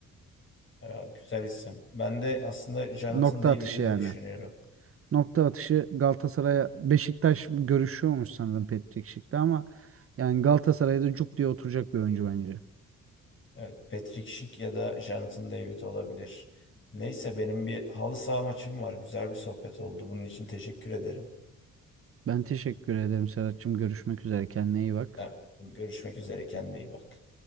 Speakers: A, on the left; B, on the right.
A: Ya, güzel isim. Ben de aslında Jonathan
B: Nokta
A: David'i
B: atışı yani.
A: de düşünüyorum.
B: Nokta atışı Galatasaray'a Beşiktaş görüşüyormuş sanırım Patrick Schick'le ama yani Galatasaray'da cuk diye oturacak bir oyuncu bence.
A: Evet, Patrick Schick ya da Jonathan David olabilir. Neyse benim bir halı saha maçım var. Güzel bir sohbet oldu. Bunun için teşekkür ederim.
B: Ben teşekkür ederim Serhat'cığım. Görüşmek üzere. Kendine iyi bak.
A: Ben- görüşmek üzere. Kendine iyi bak.